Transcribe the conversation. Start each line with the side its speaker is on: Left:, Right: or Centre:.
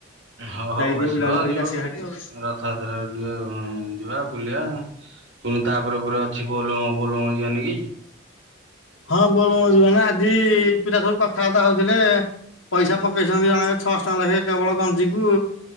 Right: ହଁ
Left: ଯାଇକି
Right: ହଉ
Left: ଟିକେ
Right: ଆସିବା
Left: ବୁଲାବୁଲି କରିକି
Right: ଯିବ
Left: ଆସିବା ହାରି ଆଉ।
Right: ରଥଯାତ୍ରା ଟିକେ ଯିବା ବୁଲିବା। ପୁଣି ତାପରେ ପରେ ଅଛି ବୋଲବମ ବୋଲମ ଯିବାନି କି?
Left: ହଁ ବୋଲବମ୍ ଯିବାନା ଆଜି ପିଲା ସବୁ କଥାବାର୍ତ୍ତା ହଉଥିଲେ। ପଇସା ପକେଇଛନ୍ତି ଜଣେକା ଛଅଶ ଟଙ୍କା ଲେଖେ କେବଳ ଗଞ୍ଜିକୁ